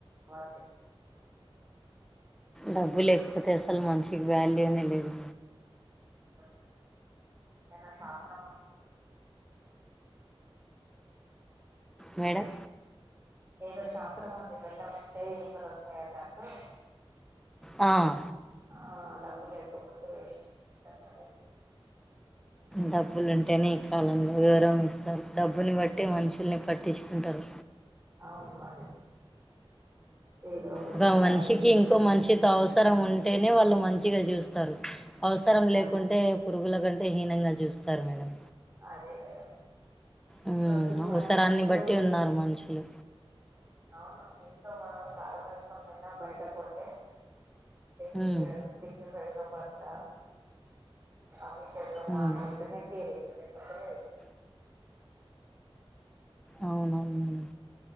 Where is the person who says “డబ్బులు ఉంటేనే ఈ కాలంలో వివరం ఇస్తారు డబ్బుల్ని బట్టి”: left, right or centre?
Centre